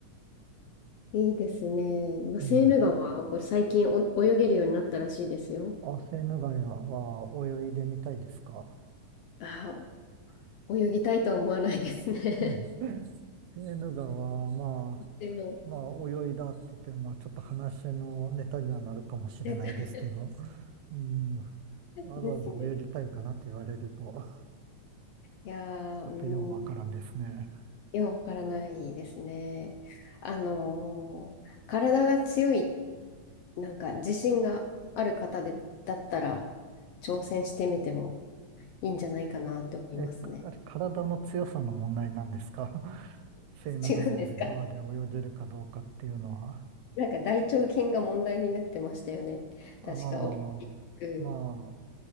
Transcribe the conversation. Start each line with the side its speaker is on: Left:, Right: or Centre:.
Left: いいですね。まあ、
Right: うん。
Left: セーヌ川、これ最近お泳げるようになったらしいですよ。
Right: あ、セーヌ川は泳いでみたいですか。
Left: ああ、泳ぎたいとは思わないですね。
Right: うんセーヌ川は、まあ、
Left: <laughs> でも、
Right: まあ、泳いだって言って、まあ、ちょっと話のネタにはなるかもしれないですけど、
Left: <laughs> レトル
Right: うん、わざわざ泳ぎたいかなって言われると、
Left: ですね。いやー、
Right: ちょっとようわからんですね。
Left: うん、いや、わからないですね。あのー体が強い、なんか自信がある方で、だったら、挑戦してみてもいいんじゃないかなって思いますね。
Right: え、あれ、体の強さの問題なんですか <laughs> セーヌ川で、
Left: <laughs> 違うんですか
Right: 川で泳げるかどうかっていうのは。
Left: なんか大腸菌が問題になってましたよね。
Right: あ
Left: 確か、オリンピック。
Right: あ、まあ、